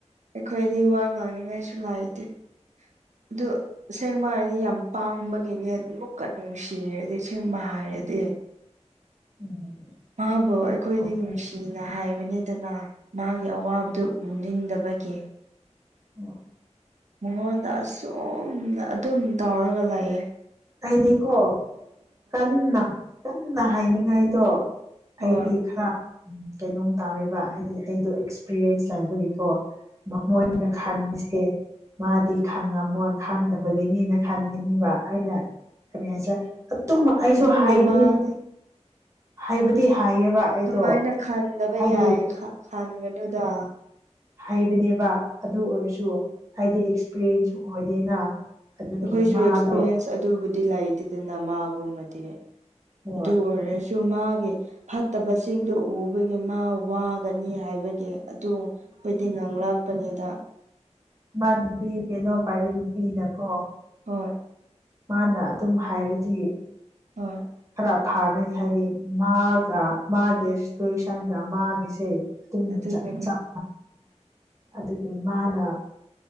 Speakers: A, on the right; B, on the right.
A: ꯑꯩꯈꯣꯏꯗꯤ ꯋꯥ ꯉꯥꯡꯅꯤꯡꯉꯥꯏꯁꯨ ꯂꯩꯇꯦ ꯑꯗꯨ ꯑꯁꯦꯡꯕ ꯍꯥꯏꯔꯗꯤ ꯌꯥꯝ ꯄꯥꯡꯕꯒꯤꯅꯦ ꯑꯃꯨꯛꯀ ꯅꯨꯡꯁꯤꯔꯗꯤ ꯁꯦꯡꯕ ꯍꯥꯏꯔꯗꯤ
B: ꯎꯝ
A: ꯃꯥꯕꯨ ꯑꯩꯈꯣꯏꯗꯤ
B: ꯑꯗꯨꯅꯦ
A: ꯅꯨꯡꯁꯤꯅ ꯍꯥꯏꯕꯅꯤꯗꯅ ꯃꯥꯒꯤ ꯑꯋꯥꯕꯗꯨ ꯎꯅꯤꯡꯗꯕꯒꯤ
B: ꯎꯝ
A: ꯃꯉꯣꯟꯗ ꯑꯁꯨꯝ ꯑꯗꯨꯝ ꯇꯧꯔꯒ ꯂꯩꯥꯌꯦ
B: ꯍꯥꯏꯗꯤꯀꯣ ꯀꯟꯅ ꯀꯟꯅ ꯍꯥꯏꯅꯤꯡꯉꯥꯏꯗꯣ ꯑꯩꯗꯤ
A: ꯍꯣꯏ
B: ꯈꯔ ꯎꯝ ꯀꯩꯅꯣꯝ ꯇꯧꯋꯦꯕ ꯍꯥꯏꯗꯤ ꯑꯩꯗꯣ ꯑꯦꯛꯁꯄꯤꯔꯤꯌꯦꯟꯁ ꯍꯥꯏꯕꯒꯤꯀꯣ ꯃꯃꯣꯏꯅ
A: ꯎꯝ
B: ꯈꯟꯃꯤꯁꯦ ꯃꯥꯗꯤ ꯈꯪꯉꯝꯃꯣꯏ ꯈꯪꯗꯕꯒꯤꯅꯤꯅ ꯈꯟꯈꯤꯅꯤꯕ ꯑꯩꯅ ꯀꯔꯤ ꯍꯥꯏꯁꯦꯔ ꯑꯗꯨꯨꯝ ꯑꯩꯁꯨ
A: ꯑꯗꯨꯒꯤ
B: ꯍꯥꯏꯕꯤ
A: ꯋꯥꯗꯤ
B: ꯍꯥꯏꯕꯗꯤ ꯍꯥꯏꯌꯦꯕ ꯑꯩꯗꯣ
A: ꯑꯗꯨꯃꯥꯏꯅ ꯈꯟꯗꯕ
B: ꯑꯩꯒꯤ
A: ꯌꯥꯏ ꯈꯟꯒꯅꯨꯗ
B: ꯍꯩꯕꯅꯦꯕ ꯑꯗꯨ ꯑꯣꯏꯔꯁꯨ ꯑꯩꯗꯤ ꯑꯦꯛꯁꯄꯔꯤꯌꯦꯟꯁꯁꯨ ꯑꯣꯏꯗꯦꯅ ꯑꯗꯨꯒꯤ
A: ꯑꯩꯈꯣꯏꯁꯨ
B: ꯃꯥꯗꯣ
A: ꯑꯦꯛꯁꯄꯤꯔꯤꯌꯦꯟꯁ ꯑꯗꯨꯕꯨꯗꯤ ꯂꯩꯇꯦꯗꯅ ꯃꯥꯒꯨꯝꯕꯗꯤ
B: ꯑꯣ
A: ꯑꯗꯨ ꯑꯣꯏꯔꯁꯨ ꯃꯥꯒꯤ ꯐꯠꯇꯕꯁꯤꯡꯗꯣ ꯎꯕꯒꯤ ꯃꯥ ꯋꯥꯒꯅꯤ ꯍꯥꯏꯕ ꯀꯤ ꯑꯗꯨ ꯑꯩꯗꯤ ꯉꯥꯡ ꯂꯥꯛꯄꯅꯦꯗ
B: ꯃꯥ ꯅꯨꯄꯤ ꯀꯩꯅꯣ ꯄꯥꯏꯕꯤ ꯅꯨꯄꯤꯅꯀꯣ
A: ꯍꯣꯏ
B: ꯃꯥꯅ ꯑꯗꯨꯝ ꯍꯥꯏꯔꯗꯤ
A: ꯍꯣꯏ
B: ꯈꯔ ꯐꯥꯒꯅꯤ ꯍꯥꯏꯗꯤ ꯃꯥꯒ ꯃꯥꯒꯤ ꯁꯤꯇꯔꯤꯁꯥꯏꯟꯒ ꯃꯥꯒꯤꯁꯦ ꯑꯗꯨꯝ
A: ꯑꯗꯨꯒꯅꯤ
B: ꯆꯞ ꯆꯞ ꯑꯗꯨꯒꯤ ꯃꯥꯅ